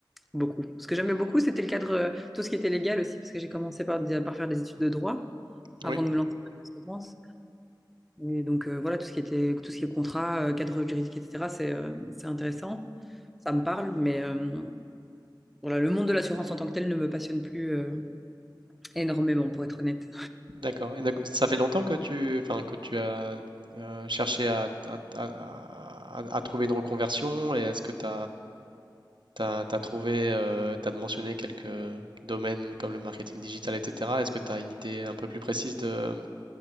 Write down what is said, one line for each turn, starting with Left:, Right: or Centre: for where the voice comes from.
Centre: beaucoup. Ce que j'aimais beaucoup, c'était le cadre, euh, tout ce qui était légal aussi, parce que j'ai commencé par, par faire des études de droit avant
Right: Oui,
Centre: de me lancer dans l'assurance. Et donc euh, voilà, tout ce qui était, tout ce qui est contrat, euh, cadre juridique, etc., c'est euh, c'est intéressant. Ça me parle, mais euh, voilà, le monde de l'assurance en tant que tel ne me passionne plus euh, énormément, pour être honnête.
Right: d'accord. Et donc, ça fait longtemps que tu, enfin, que tu as euh, cherché à, à- à- à- à- à trouver une reconversion et est-ce que tu as, trouvé, tu as mentionné quelques domaines comme le marketing digital, etc. Est-ce que tu as une idée un peu plus précise de